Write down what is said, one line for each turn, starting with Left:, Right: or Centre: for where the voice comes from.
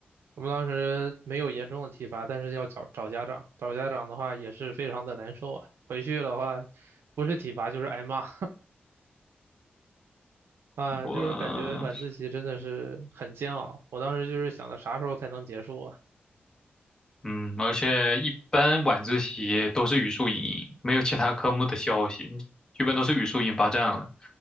Right: 我们当时没有严重的体罚，但是要找找家长，找家长的话也是非常的难受啊。回去的话，不是体罚就是挨骂。啊，
Left: 我，
Right: 就是感觉晚自习真的是很煎熬。我当时就是想着啥时候才能结束啊？
Left: 嗯，而且一般晚自习都是语数英，没有其他科目的消息，基本都是语数英霸占了，